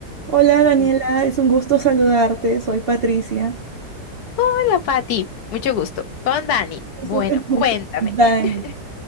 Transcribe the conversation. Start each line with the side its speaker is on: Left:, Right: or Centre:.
Right: Hola Daniela,
Left: Listo.
Right: es un gusto saludarte, soy Patricia.
Left: Hola, Pati. Mucho gusto. Con Dani.
Right: Gusto
Left: Bueno,
Right: te- <laughs>
Left: cuéntame.
Right: Dani,
Left: <laughs>